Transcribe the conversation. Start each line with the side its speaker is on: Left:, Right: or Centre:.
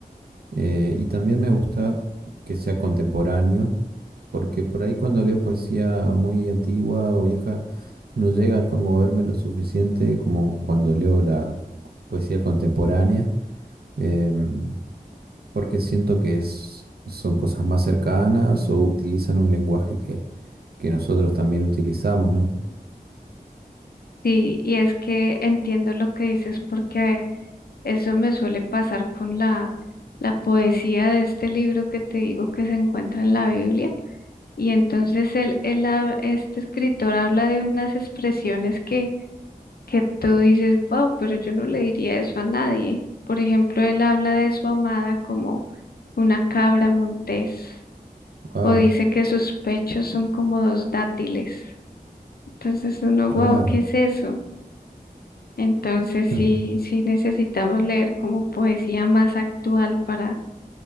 Right: eh, y también me gusta que sea contemporáneo, porque por ahí cuando leo poesía muy antigua o vieja, no llega a conmoverme lo suficiente como cuando leo la poesía contemporánea. em, porque siento que es- son cosas más cercanas o utilizan un lenguaje que, que nosotros también utilizamos, ¿no?
Left: Sí, y es que entiendo lo que dices porque eso me suele pasar con la, la poesía de este libro que te digo que se encuentra en la Biblia. Y entonces él, él ha- este escritor habla de unas expresiones que, que tú dices, wow, pero yo no le diría eso a nadie. Por ejemplo, él habla de su amada como una cabra montés
Right: Wow,
Left: o dice que sus pechos son como dos dátiles. Entonces uno,
Right: claro.
Left: wow, ¿qué es eso? Entonces sí,
Right: <laughs>
Left: sí necesitamos leer como poesía más actual para,